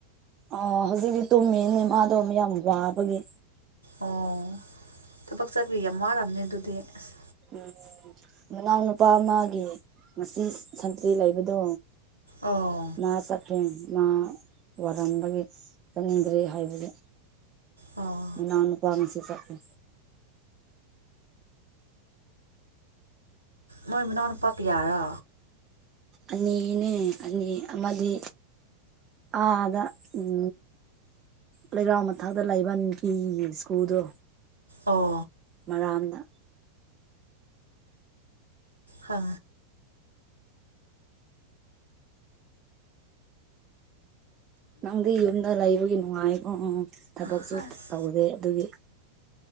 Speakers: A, on the right; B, on the left.
A: ꯑꯣ ꯍꯧꯖꯤꯛꯇꯤ ꯇꯨꯝꯃꯦꯅꯦ ꯃꯥꯗꯣ ꯃꯌꯥꯝ ꯋꯥꯕꯒꯤ
B: ꯑꯣ ꯊꯕꯛ ꯆꯠꯄꯒꯤ ꯌꯥꯝ ꯋꯥꯔꯝꯅꯤ ꯑꯗꯨꯗꯤ ꯑꯁ
A: ꯎꯝ ꯃꯅꯥꯎꯅꯨꯄꯥ ꯑꯃꯒꯤ ꯉꯁꯤ ꯁꯟꯇ꯭ꯔꯤ ꯂꯩꯕꯗꯣ
B: ꯑꯣ
A: ꯃꯥ ꯆꯠꯈ꯭ꯔꯦ ꯃꯥ ꯋꯥꯔꯝꯕꯒꯤ ꯆꯪꯅꯤꯡꯗ꯭ꯔꯔꯤ ꯍꯥꯏꯕꯗꯨ
B: ꯑꯣ
A: ꯏꯟꯅꯟꯅ ꯀꯥꯃꯤꯁꯤ ꯆꯄꯦ
B: ꯃꯣꯏ ꯃꯅꯥꯎꯅ ꯄꯥꯛ ꯌꯥꯔ
A: ꯑꯅꯦ ꯑ ꯑꯗꯤ ꯑ ꯑꯗ ꯎꯝ ꯂꯩꯔꯥꯎ ꯃꯊꯛꯇ ꯂꯩꯕ ꯅꯨꯄꯤꯒꯤ ꯁ꯭ꯀꯨꯜꯗꯣ
B: ꯑꯣ
A: ꯃꯔꯥꯟꯗ
B: ꯍꯥ
A: ꯅꯪꯗꯤ ꯌꯨꯝꯗ ꯂꯩꯕꯒꯤ ꯅꯨꯡꯉꯥꯏꯀꯣ ꯊꯕꯛꯁꯨ
B: ꯑꯁ
A: ꯇꯧꯗꯦ ꯑꯗꯨꯒꯤ